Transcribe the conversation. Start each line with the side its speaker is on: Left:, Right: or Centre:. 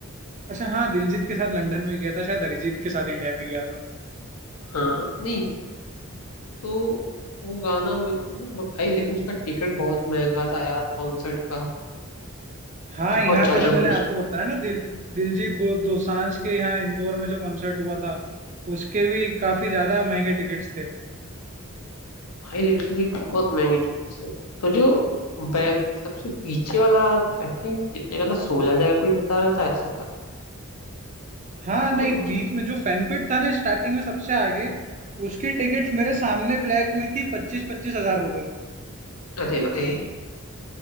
Right: अच्छा हाँ दिलजीत के साथ लंदन में किया था शायद अरिजीत के साथ इंडिया में किया था
Left: हाँ नहीं तो वो गाना में वो- भाई लेकिन उसका टिकट बहुत महंगा था यार कॉन्सर्ट का
Right: हाँ
Left: बहुत
Right: यहाँ
Left: ज्यादा
Right: पे जो मैंने
Left: <laughs>
Right: आपको बताया ना दिल दिलजीत गो दोसांझ के यहाँ इंदौर में जो कॉन्सर्ट हुआ था उसके भी काफी ज्यादा महंगे टिकट्स थे
Left: भाई लिटरली बहुत महंगी टिकट्स है सोचो बैग सबसे पीछे वाला आई थिंक कितने का था सोलह हजार कोई बता रहा था ऐसा था
Right: हाँ नहीं
Left: मेरे को
Right: बीच में जो फैनपिट था ना स्टार्टिंग में सबसे आगे उसकी टिकट्स मेरे सामने ब्लैक हुई थी पच्चीस पच्चीस हजार रुपये में
Left: अरे भाई